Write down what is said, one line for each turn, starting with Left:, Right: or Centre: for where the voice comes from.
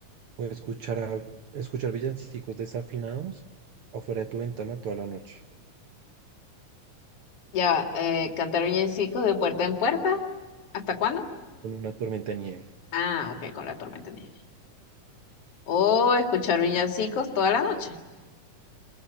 Right: ¿O escuchar, a- escuchar villancicos desafinados afuera de tu ventana toda la noche
Left: Ya va, eh, cantar villancicos de puerta en puerta. ¿Hasta cuándo?
Right: con una tormenta de nieve?
Left: Ah, ok, con la tormenta de nieve. O escuchar villancicos toda la noche.